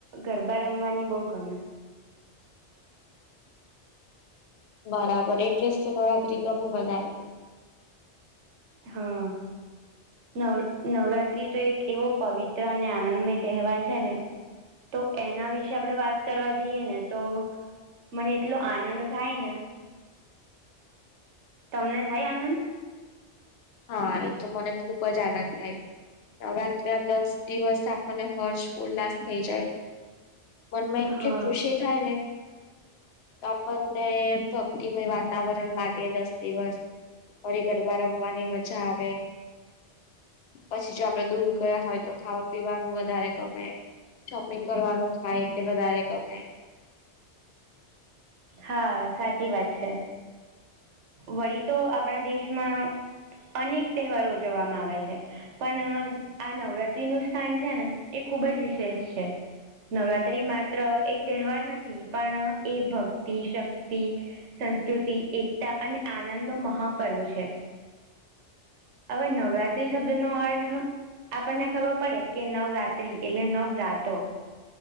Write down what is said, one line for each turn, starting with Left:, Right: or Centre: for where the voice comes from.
Right: ગરબા રમવાની બોવ ગમે
Left: બરાબર એટ્રેસ તો <unintelligible>
Right: હા. નવ નવરાત્રી તો એક એવો પવિત્ર અને આનંદમય તહેવાર છે ને તો એના વિશે આપણેે વાત કરવા જઈએ ને તો મને એટલો આનંદ થાય ને તમને થાય આનંદ?
Left: હા એ તો મને ખુબ જ આનંદ થાય. નવરાત્રી ના દસ દિવસ આપણને હર્ષ ઉલ્લાસ થઈ જાય. મનમાં એટલી
Right: હા
Left: ખુશી થાય ને તો આપણને ભક્તિમય વાતાવરણ લાગે દસ દિવસ ફરી ગરબા રમવાની મજા આવે. પછી જો આપડે દૂર ગયા હોય તો ખાવા પીવાનું વધારે ગમે શોપિંગ કરવાનું થાય એટલે વધારે ગમે
Right: હા સાચી વાત છે. વળી તો આપણા દેશમાં અનેક તહેવારો ઉજવવામાં આવે છે પણ આ નવરાત્રીનું સ્થાન છે ને એ ખૂબ જ વિશેષ છે નવરાત્રી માત્ર એક તહેવાર નથી. પણ એ ભક્તિ શક્તિ સંસ્કૃતિ એકતા અને આનંદ નો મહાપર્વ છે. હવે નવરાત્રી શબ્દનો અર્થ આપણને ખબર પડે કે નવરાત્રી એટલે નવરાતો